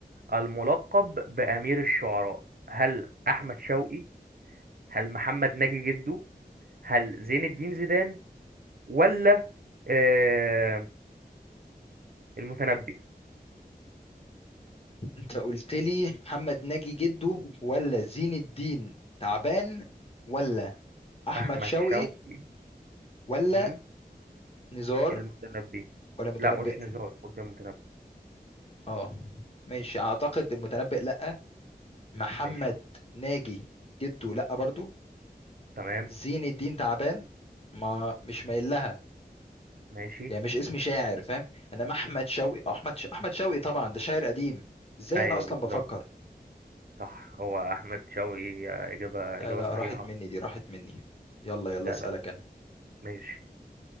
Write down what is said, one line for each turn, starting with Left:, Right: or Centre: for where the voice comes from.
Right: الملقب بأمير الشعراء؟ هل أحمد شوقي هل محمد ناجي جده هل زين الدين زيدان ولا آه المتنبي
Left: انت قلت لي محمد ناجي جده ولا زين الدين تعبان ولا احمد
Right: احمد
Left: شوقي
Right: شوقي
Left: ولا
Right: مم،
Left: نزار
Right: المتنبي
Left: ولا متنبئ
Right: لا ما قلتش نزار قلت المتنبي
Left: اه ماشي اعتقد المتنبئ لا محمد
Right: ماشي
Left: ناجي جده لا برضو
Right: تمام
Left: زين الدين تعبان ما مش مايل لها
Right: ماشي
Left: يعني مش اسمي شاعر فاهم انما احمد شوقي آه، احمد ش... احمد شوقي طبعا ده شاعر قديم ازاي
Right: ايوه
Left: انا اصلا
Right: بالظبط
Left: بفكر
Right: صح هو احمد شوقي آه، اجابه
Left: آه
Right: اجابه
Left: لا
Right: صحيحه
Left: راحت مني دي راحت مني يلا يلا
Right: ده
Left: اسالك
Right: لا
Left: انا
Right: ماشي